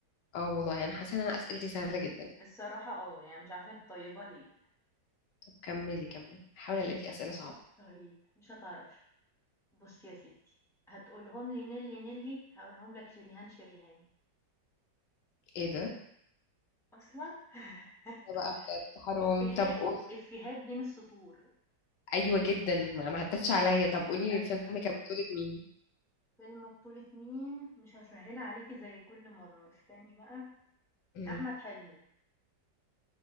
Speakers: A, on the left; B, in the centre.
A: اه والله يعني حاسة ان انا اسئلتي سهلة جدا
B: الصراحة آه، يعني مش عارفة أنتِ طيبة ليه.
A: طب كملي كملي هحاول الاقي لك اسئلة صعبة
B: طيب مش هتعرفي، بُصّي يا ستّي هتقولهم لي نيلي، نيلي، هاقولهم لك شريهان، شريهان.
A: ايه ده
B: أصلًا <laughs>
A: ده بقى بجد حرام
B: إفيهات،
A: طب قولي
B: إفيهات بين السطور.
A: ايوه جدا ما ما عدتش عليا طب قولي
B: أيوه.
A: فيلم كان بطولة مين
B: فيلم بطولة مين؟ مش هاسهّلها عليكِ زي كل مرّة، استني بقى،
A: مم.
B: أحمد حلمي،